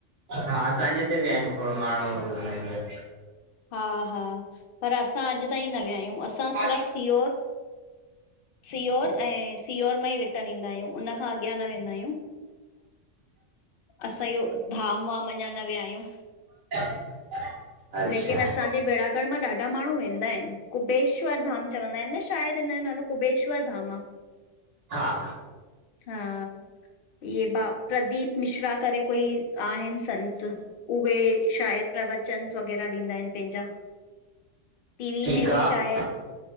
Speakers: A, on the right; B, on the left.
A: हा असांजे इते विया‌ आहिनि खोड़ माण्हू उन्हनि जे
B: हा-हा पर असां अॼु ताईं न विया आहियूं असां
A: जा।
B: सिर्फ़ु सीहोर सीहोर ऐं सीहोर मां ई रिटर्न ईंदा आहियूं उन खां अॻियां न वेंदा आहियूं! असां इहो धाम वाम अञा न विया आहियूं!
A: <inaudible> अच्छा
B: केिन असांजे बेरागढ़ मां ॾाढा माण्हू वेंदा आहिनि कुबेश्वर धाम चवंदा आहिनि न शायदि हिन जो नालो कुबेश्वर धाम आ!
A: हा!
B: हा <unintelligible> इहे बा प्रदीप मिश्रा करे कोई आहिनि संत! उहे शायदि प्रवचनस वग़ैरह ॾींदा आहिनि पंहिंजा! टी वी
A: ठीकु
B: में
A: आहे
B: बि शायदि